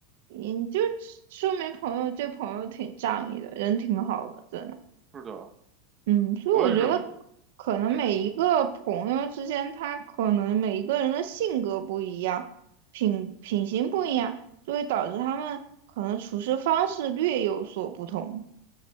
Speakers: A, on the right; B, on the right.
A: 你就说明朋友这朋友挺仗义的，人挺好的，真的。
B: 是的，
A: 嗯，所以我觉得
B: 我也是这么觉得。
A: 可能每一个朋友之间，
B: 嗯
A: 他可能每一个人的性格不一样，品品行不一样，就会导致他们可能处事方式略有所不同。